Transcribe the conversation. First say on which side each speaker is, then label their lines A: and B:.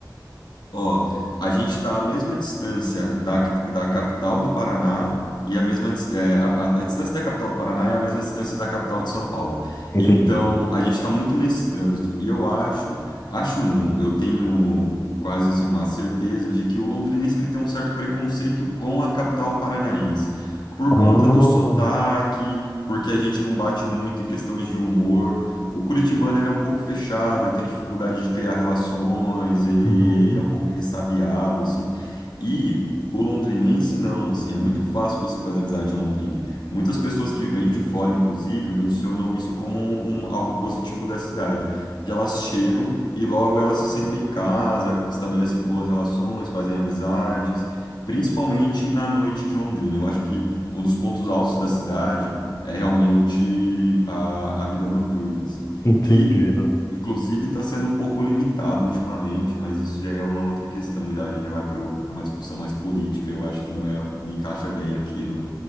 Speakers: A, on the left; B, on the left.
A: Ó, a gente está à mesma distância da, da capital do Paraná e a mesma dis- é, a, a- a distância da capital do Paraná é a mesma distância da capital de São Paulo.
B: Entendi.
A: Então, a gente está muito nesse trânsito. E eu acho, acho não, eu tenho quase assim, uma certeza de que o londrinense ele tem um certo preconceito com a capital paranaense. Por
B: Ah,
A: conta do sotaque, porque a gente não bate muito em questões de humor. O curitibano ele é um pouco fechado, ele tem dificuldade de criar relações, ele
B: uhum.
A: é um pouco ressabiado, assim. E o londrinense não, assim, é muito fácil você fazer amizade em Londrina. Muitas pessoas que vêm de fora, inclusive, mencionam isso como um, um- algo positivo da cidade. Que elas chegam e logo elas se sentem em casa, estabelecem boas relações, fazem amizades, principalmente na noite de Londrina. Eu acho que um dos pontos altos da cidade é realmente a, a vida noturna, assim,
B: Entendido.
A: que inclusive está sendo um pouco limitado ultimamente, mas isso já é uma outra questão, já a gente já vai para uma discussão mais política, eu acho que não é, não encaixa bem aqui no,